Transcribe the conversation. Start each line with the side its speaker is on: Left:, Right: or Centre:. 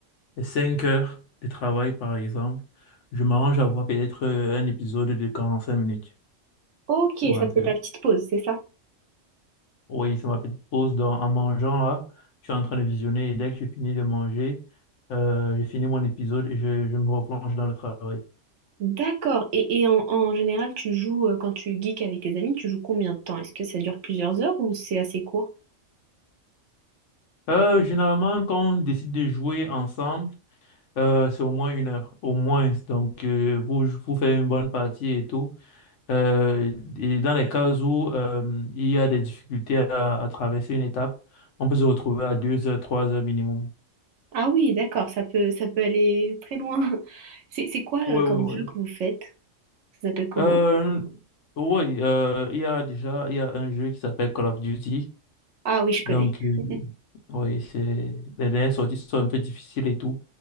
Left: les 5 heures de travail, par exemple, je m'arrange à voir peut-être euh, un épisode de 45 minutes,
Right: Ok,
Left: tu vois
Right: ça
Left: un
Right: te
Left: peu.
Right: fait ta petite pause, c'est ça?
Left: Oui, c'est ma petite pause dans- en mangeant là. Je suis en train de visionner et dès que je finis de manger, euh, j'ai fini mon épisode et je, je me replonge dans le travail.
Right: D'accord. Et, et en, en général, tu joues, euh, quand tu geeks avec tes amis, tu joues combien de temps? Est-ce que ça dure plusieurs heures ou c'est assez court?
Left: Euh, généralement, quand on décide de jouer ensemble, euh, c'est au moins une heure, au moins. Donc, euh, pour, pour faire une bonne partie et tout. Euh, et dans les cas où euh, il y a des difficultés à, à traverser une étape, on peut se retrouver à deux heures, trois heures minimum.
Right: Ah oui, d'accord, ça peut, ça peut aller très loin. <laughs> C'est, c'est quoi,
Left: Oui,
Right: euh, comme
Left: oui,
Right: jeu
Left: oui.
Right: que vous faites? Ça s'appelle comment?
Left: Euh, oui, euh, il y a déjà il y a un jeu qui s'appelle Call of Duty.
Right: Ah oui, je connais.
Left: Donc, euh,
Right: <laughs>
Left: oui, c'est, les dernières sorties sont un peu difficiles et tout.